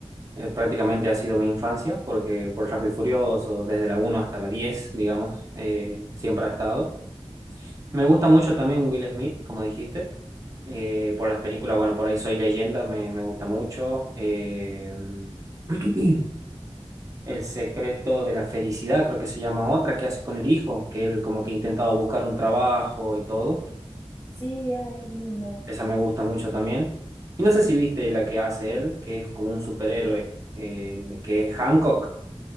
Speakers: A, on the right (about 30°); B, on the left (about 40°).
A: eh, prácticamente ha sido mi infancia, porque por Rápido y Furioso, desde la uno hasta la 10 digamos, eh, siempre ha estado. Me gusta mucho también Will Smith, como dijiste, eh, por las películas, bueno, por ahí Soy Leyenda, me, me gusta mucho. eh, <clears throat> El secreto de la felicidad, creo que se llama otra, que hace con el hijo, que él como que intentaba buscar un trabajo y todo.
B: Sí, ay, es linda.
A: Esa me gusta mucho también. Y no sé si viste la que hace él, que es como un superhéroe, eh, que es Hancock.